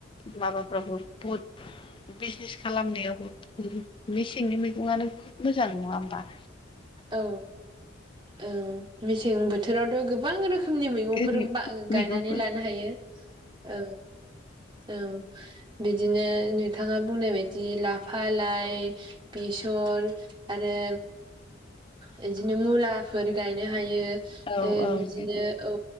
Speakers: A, on the left (about 25°); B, on the right (about 20°).
A: माबाफ्रावबो बहुद बिजनेस खालामनायावबो मेसेंनि मैगङानो बुहुत मोजां नङा होमबा?
B: औ औ मेसें बोथोरावथ' गोबां रोखोम रोखोमनि मैगंफोर
A: ओरै
B: गायनानै
A: मैगंखौ
B: लानो हायो औ औ बिदिनो नोंथाङा बुंनाय बायदि लाफा लाइ बेसर आरो बिदिनो मुलाफोर गायनो हायो
A: औ
B: ओ बिदिनो
A: औ
B: औ